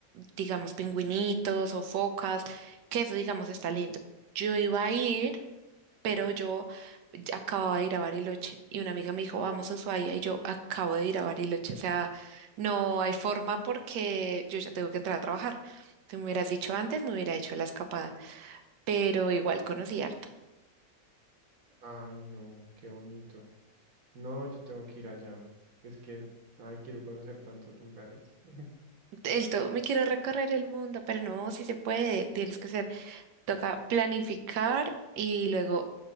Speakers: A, on the right; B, on the right.
A: digamos pingüinitos o focas, que eso digamos está lindo. Yo iba a ir, pero yo ya acababa de ir a Bariloche y una amiga me dijo, vamos a Ushuaia y yo acabo de ir a Bariloche, o sea, no hay forma porque yo ya tengo que entrar a trabajar. Tú me hubieras dicho antes, me hubiera hecho la escapada, pero igual conocí harto.
B: Ay, no, qué bonito. No, yo tengo que ir allá. Es que, ay, quiero conocer tantos lugares. <laughs>
A: El todo me quiero recorrer el mundo, pero no, si se puede, tienes que ser, toca planificar y luego